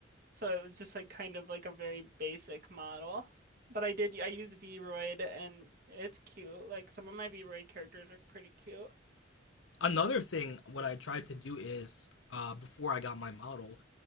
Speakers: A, on the right; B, on the left.
A: So it was just like kind of like a very basic model. But I did I used Vroid and it's cute. Like some of my Vroid characters are pretty cute.
B: another thing, what I tried to do is uh, before I got my model